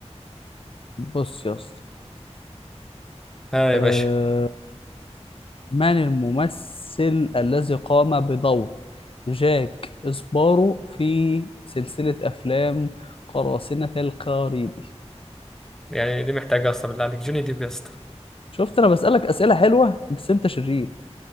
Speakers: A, on the left (about 50°); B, in the centre.
A: بص يا اسطى
B: ها يا
A: أه...
B: باشا
A: من الممثل الذي قام بدور جاك إسبارو في سلسلة أفلام قراصنة الكاريبي
B: يعني دي محتاجه اصلا بالله عليك جوني ديب يا اسطى
A: شفت أنا بسألك أسئلة حلوة بس أنت شرير